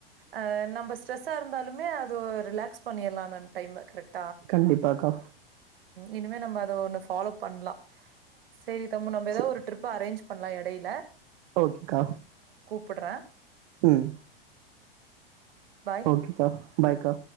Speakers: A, on the right; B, on the right.
A: அ நம்ப ஸ்ட்ரெஸ்ஸா இருந்தாலுமே அதுவு ரிலாக்ஸ் பண்ணிற்லா அந்தந் டைம்மு கரெக்ட்
B: கண்டிப்பாக்கா
A: இனிமே நம்ப அத ஒன்னு ஃபாலோ பண்லா செரி தம்பு நம்ப எதாவொரு
B: சரி
A: ட்ரிப்பு அரேஞ்ச் பண்லா எடையில
B: ஓகேக்கா
A: ப்பிடறே
B: ம்
A: பாய்
B: ஓகேக்கா பாய்கா